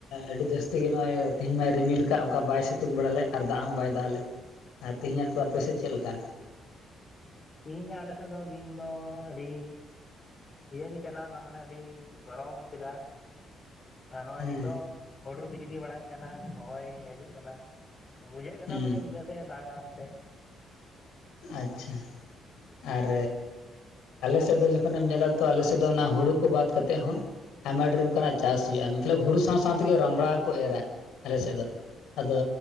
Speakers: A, on the left; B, on the left.
A: ᱟᱹᱰᱤ ᱡᱟᱹᱥᱛᱤ ᱜᱮ ᱱᱚᱜᱼᱚᱭ ᱛᱮᱦᱮᱸᱧ ᱢᱟᱭ ᱨᱤᱢᱤᱞ ᱠᱟᱜ ᱚᱝᱠᱟ ᱵᱟᱭ ᱥᱤᱛᱩᱝ ᱵᱟᱲᱟ ᱞᱮᱫ᱾ ᱟᱨ ᱫᱟᱜ ᱦᱚᱸ ᱵᱟᱭ ᱫᱟᱜ ᱞᱮᱜ ᱟᱨ ᱛᱮᱦᱮᱸᱧᱟᱜ ᱛᱚ ᱟᱯᱮᱥᱮᱜ ᱪᱮᱫ ᱞᱮᱠᱟ?
B: ᱛᱮᱦᱤᱧᱟᱜ ᱟᱞᱮᱥᱮᱜ ᱫᱚ ᱫᱤᱱ ᱫᱚ ᱟᱹᱰᱤ ᱤᱭᱟᱹᱜᱮ ᱪᱟᱞᱟᱣᱱᱟ ᱢᱟᱱᱮ ᱟᱹᱰᱤ ᱜᱚᱨᱚᱢ ᱠᱮᱫᱟ᱾ ᱟᱨ ᱱᱚᱜᱼᱚᱭ
A: ᱦᱮᱸ
B: ᱱᱤᱛᱚᱜ ᱦᱩᱰᱩᱨ ᱵᱤᱡᱽᱞᱤ ᱵᱟᱲᱟᱭᱮᱜ ᱠᱟᱱᱟ ᱦᱚᱸᱜᱼᱚᱭ ᱦᱤᱡᱩᱜ ᱠᱟᱱᱟ᱾ ᱵᱩᱡᱷᱟᱹᱜ ᱠᱟᱱᱟ
A: ᱦᱩᱸ
B: ᱢᱟᱱᱮ ᱧᱤᱫᱟᱹ ᱥᱮᱜᱼᱮ ᱫᱟᱜᱟ ᱯᱟᱥᱮᱜ᱾
A: ᱟᱪᱪᱷᱟ ᱟᱨ ᱟᱞᱮᱥᱮᱫ ᱫᱚ ᱡᱚᱠᱷᱚᱱ ᱮᱢ ᱧᱮᱞᱟ ᱛᱚ ᱟᱞᱮ ᱥᱮᱜ ᱫᱚ ᱚᱱᱟ ᱦᱩᱲᱩ ᱠᱚ ᱵᱟᱫ ᱠᱟᱛᱮᱜ ᱦᱚᱸ ᱟᱭᱢᱟ ᱰᱷᱮᱨ ᱚᱝᱠᱟᱱᱟᱜ
B: ᱦᱮᱸ
A: ᱪᱟᱥ ᱦᱩᱭᱩᱜᱼᱟ ᱢᱟᱛᱞᱚᱵ ᱦᱩᱲᱩ ᱥᱟᱶ ᱥᱟᱶ ᱛᱮᱜᱮ ᱨᱟᱢᱲᱟ ᱠᱚ ᱮᱨᱟ ᱟᱞᱮ ᱥᱮᱜ ᱫᱚ᱾ ᱟᱫᱚ